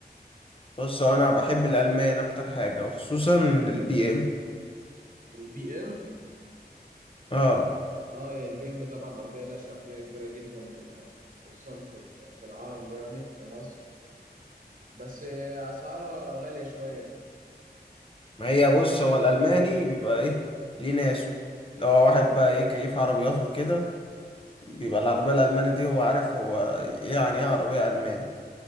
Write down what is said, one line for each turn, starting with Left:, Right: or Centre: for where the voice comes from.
Left: بص هو انا بحب الالمان اكتر حاجه وخصوصا البي ام
Right: البي ام
Left: اه
Right: اه يا البي ام طبعا عربيه لها شعبيه كبيره جدا آه، خصوصا في ال- في العربي يعني في مصر بس آه، اسعارها غاليه شويه
Left: ما هي بص هو الالماني بيبقى ايه ليه ناسه لو هو واحد بقى ايه كيف عربيات وكده بيبقى العربيه الالماني دي هو عارف هو يعني ايه عربيه الماني